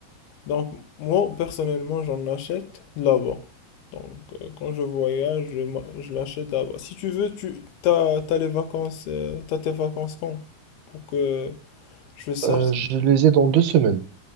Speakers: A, on the left; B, on the right.
A: Donc, moi, personnellement, j'en achète là-bas. Donc, euh, quand je voyage, je, m'a- je l'achète là-bas. Si tu veux, tu t'as, t'as les vacances, euh, t'as tes vacances quand? Pour que je sache
B: Euh,
A: si-
B: je les ai dans deux semaines.